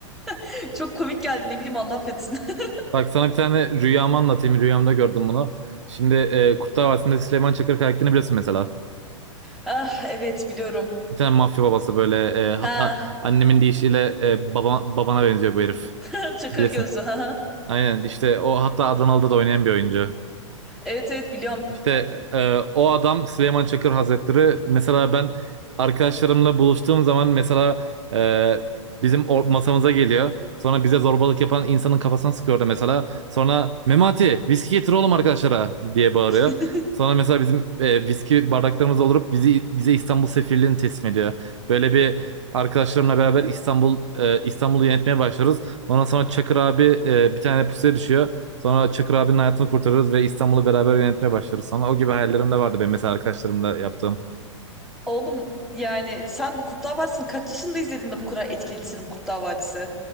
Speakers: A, in the centre; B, on the right (about 65°).
A: <laughs> çok komik geldi ne bileyim Allah affetsin. <laughs>
B: Bak sana bir tane rüyamı anlatayım. Rüyamda gördüm bunu. Şimdi e, Kurtlar Vadisi'nde Süleyman Çakır karakterini biliyorsun mesela.
A: Ah evet biliyorum.
B: Bir tane mafya babası böyle e, hatta
A: Ha
B: annemin deyişiyle e, baba, babana benziyor bu herif.
A: <laughs> çakır
B: Bilirsin.
A: gözlü ha. ha.
B: Aynen işte o hatta Adanalı'da da oynayan bir oyuncu.
A: Evet evet biliyorum.
B: İşte e, o adam Süleyman Çakır Hazretleri mesela ben arkadaşlarımla buluştuğum zaman mesela e, bizim o- masamıza geliyor. Sonra bize zorbalık yapan insanın kafasına sıkıyordu mesela. Sonra Memati viski getir oğlum arkadaşlara diye bağırıyor.
A: <laughs>
B: Sonra mesela bizim e, viski bardaklarımız doldurup bizi bize İstanbul sefirliğini teslim ediyor. Böyle bir arkadaşlarımla beraber İstanbul e, İstanbul'u yönetmeye başlıyoruz. Ondan sonra Çakır abi e, bir tane pusuya düşüyor. Sonra Çakır abinin hayatını kurtarırız ve İstanbul'u beraber yönetmeye başlarız sonra. O gibi hayallerim de vardı benim mesela arkadaşlarımla yaptığım.
A: Oğlum yani sen Kurtlar Vadisi'ni kaç yaşında izledin de bu kadar etkilisin Kurtlar Vadisi?